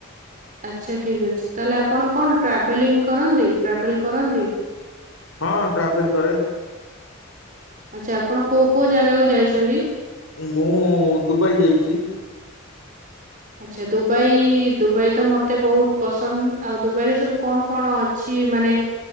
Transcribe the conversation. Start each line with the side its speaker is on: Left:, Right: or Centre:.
Right: ଆଚ୍ଛା ଠିକ ଅଛି ତାହେଲେ ଆପଣ କଣ ଟ୍ରାଭେଲିଂ କରନ୍ତି ଟ୍ରାଭେଲ କରନ୍ତି।
Left: ହଁ ଟ୍ରାଭେଲ କରରେ
Right: ଆଚ୍ଛା ଆପଣ କୋଉ କୋଉ ଜାଗାକୁ ଯାଇଛନ୍ତି।
Left: ମୁଁ ଦୁବାଇ ଯାଇଛି।
Right: ଆଚଛା ଦୁବାଇ ଦୁବାଇ ତ ମତେ ବହୁତ ପସନ୍ଦ ଆଉ ଦୁବାଇ ରେ ସବୁ କଣ କଣ ଅଛି। କି ମାନେ